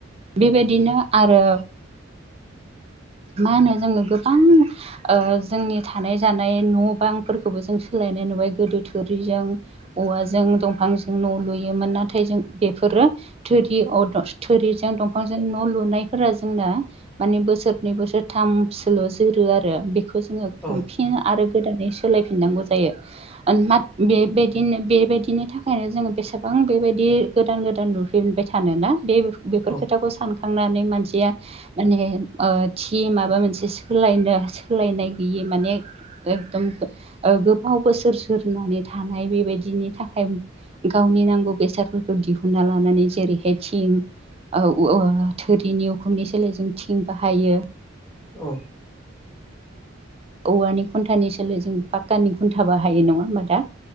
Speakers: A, on the right; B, in the centre.
A: बेबायदिनो आरो मा होनो जोङो गोबां ओ जोंनि थानाय जानाय न' बांफोरखौबो जों सोलायनाय नुबाय गोदो थुरिजों औवाजों दंफांजों न' लुयोमोन नाथाय जों बेफोरो थोरि औ थ थोरिजों दंफांजों न' लुनायफोरा जोंना माने बोसोर नै बोसोरथामसोल' जोरो आरो बेखौ जोङो खुंफिन
B: औ
A: आरो गोदानै सोलायफिननांगौ जायो। मा बेबायदिनो बेबायदिनि थाखायनो जोङो बेसेबां बेबायदि गोदान गोदान लुफिनबाय थानो ना बे बेफोर
B: औ
A: खोथाखौ सानखांनानै मानसिया माने ओ थि माबा मोनसे सोलायनो सोलायनाय गैयि माने एकदम गोबाव बोसोर जोरनानै थानाय बेबायदिनि थाखाय गावनि नांगौ बेसादफोरखौ दिहुनना लानानै जेरैहाय थिं औ ओ थोरिनि उखुमनि सोलाय जों थिं बाहायो।
B: औ।
A: औवानि खुन्थानि सोलाय जों पाक्कानि खुन्थाबा हायो नङा होमबा दा?